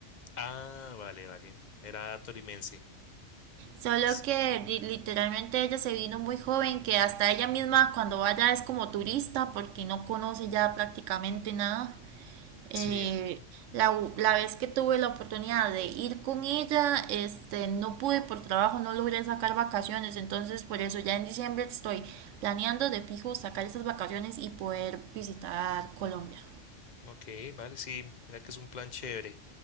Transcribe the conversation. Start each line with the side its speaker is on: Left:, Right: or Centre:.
Left: Ah, vale, vale. Era tolimense.
Right: Solo
Left: S-
Right: que literalmente ella se vino muy joven, que hasta ella misma cuando vaya es como turista porque no conoce ya prácticamente nada. Eh,
Left: Sí,
Right: la, u- la vez que tuve la oportunidad de ir con ella, este, no pude por trabajo, no logré sacar vacaciones, entonces por eso ya en diciembre estoy planeando de fijo sacar esas vacaciones y poder visitar Colombia.
Left: ok, vale, sí. Mira que es un plan chévere.